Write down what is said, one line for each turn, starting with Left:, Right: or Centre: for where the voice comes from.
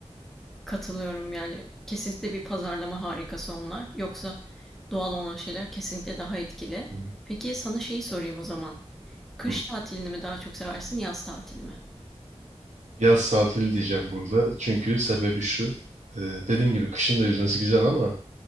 Centre: Katılıyorum yani. Kesinlikle bir pazarlama harikası onlar. Yoksa doğal olan şeyler kesinlikle daha etkili.
Right: Hı.
Centre: Peki sana şeyi sorayım o zaman. Kış
Right: Hı.
Centre: tatilini mi daha çok seversin, yaz tatilini mi?
Right: Yaz tatili diyeceğim burada. Çünkü sebebi şu. e, dediğim gibi kışın da yüzmesi güzel ama